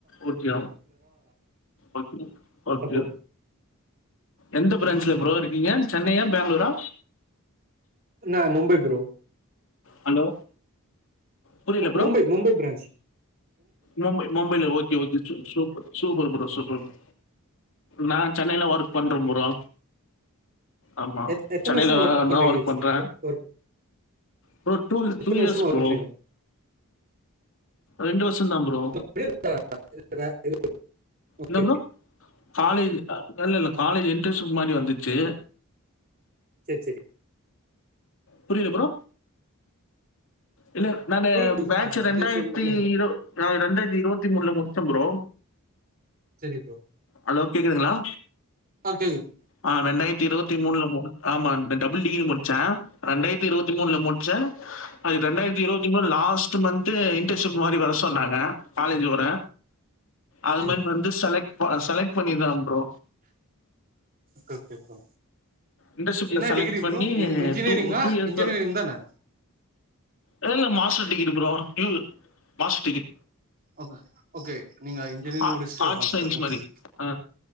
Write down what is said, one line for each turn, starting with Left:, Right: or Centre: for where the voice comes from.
Left: ஓகே ஓகே ஓகே
Right: சப்போர்ட்
Left: எந்த பிரான்ஞ்சுல ப்ரோ இருக்கீங்க சென்னையா பேங்ளூரா
Right: நா மும்பை ப்ரோ
Left: ஹலோ புரில ப்ரோ
Right: மும்பை மும்பை பிரான்ச்
Left: மும்பை மும்பைல ஓக் ஓகே ஓகே சூ சூப் சூப்பர் ப்ரோ சூப்பர் ப்ரோ நான் சென்னைல ஒர்க் பண்ற ப்ரோ ஆமா
Right: எத் எத்தன
Left: சென்னையில
Right: வருஷமா பண்றீங்க
Left: தா ஒர்க்
Right: எக்ஸ்
Left: பண்ற
Right: ஒர்க்
Left: ப்ரோ டூ
Right: எத்தன
Left: டூ இயர்ஸு
Right: வருஷமா ஒர்க்
Left: ப்ரோ
Right: பண்றீங்க
Left: ரெண்டு வருஷந்தா ப்ரோ
Right: <unintelligible> ஓகே
Left: என்ன
Right: ஓகே
Left: ப்ரோ காலேஜ் இல்ல இல்ல காலேஜ் இன்ட்ரசூப் மாரி வந்துச்சு
Right: செரி செரி
Left: <inaudible> புரியல ப்ரோ இல்ல நானு
Right: புரியுது
Left: பேச்சு
Right: ஆ,
Left: ரெண்டாயிரத்தி
Right: இந்த சு- இல்ல, இந்த-
Left: இரு ரெண்டாயிரத்தி இருவத்தி மூன்ல முடிச்ச ப்ரோ
Right: சரி ப்ரோ
Left: ஹலோ கேக்குதுங்களா
Right: ஆ கேக்குது
Left: ஆ ரெண்டாயிரத்தி இருத்தி மூனுல முடி ஆமா டபுள் டிகிரி முடிச்ச ரெண்டாயிரத்தி இருவத்தி மூனுல முட்ச்ச அது ரெண்டாயிரத்தி இருபத்தி மூனு லாஸ்ட் மந்த் இன்டன்ஷிப் மாரி வர சொன்னாங்க காலேஜ் வர அது
Right: சரி,
Left: மாரி வந்து செலக்ட் செலக்ட் பண்ணிதா ப்ரோ
Right: கே கே ப்ரோ
Left: இன்டர்ன்ஷிப்ல
Right: என்ன
Left: செலக்ட்
Right: டிகிரி
Left: பண்ணி
Right: ப்ரோ இன்ஜினியரிங்கா
Left: இயர்ஸ்
Right: இன்ஜினியரிங் தான
Left: இல்லல்ல மாஸ்டர் டிகிரி ப்ரோ யூ மாஸ் டிகிரி
Right: ஓக் ஓகே நீங்க இன்ஜினியரிங்
Left: ஆ
Right: முடிச்சுட்டு
Left: ஆர்ட்ஸ்
Right: மாஸ்டர்
Left: சயன்ஸ்
Right: ஓகே
Left: மாரி. ஆ